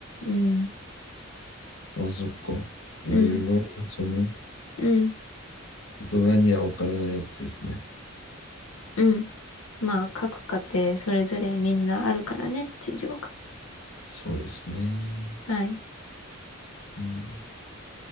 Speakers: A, on the left (about 90°); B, on the left (about 65°).
A: うん、
B: あ、そっか。
A: うん、
B: まあ、いろいろあるんですよね。
A: うん、
B: 外側には分からないやつですね。
A: うん。まあ、各家庭それぞれみんなあるからね、事情が。
B: そうですね。
A: はい、
B: うん。